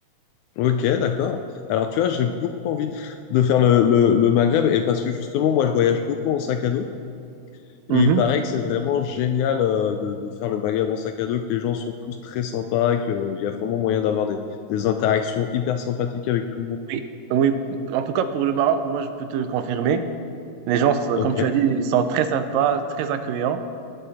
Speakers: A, on the left; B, on the right.
A: Ok, d'accord. Alors, tu vois, j'ai beaucoup envie de faire le, le, le Maghreb et parce que justement, moi, je voyage beaucoup en sac à dos et
B: Mhm.
A: il paraît que c'est vraiment génial euh, de, de faire le Maghreb en sac à dos, que les gens sont tous très sympas, qu'il y a vraiment moyen d'avoir des, des interactions hyper sympathiques avec tout le monde.
B: Oui, oui. En tout cas, pour le Maroc, moi, je peux te confirmer. Les gens, sont-
A: Ok.
B: comme tu as dit, ils sont très sympas, très accueillants.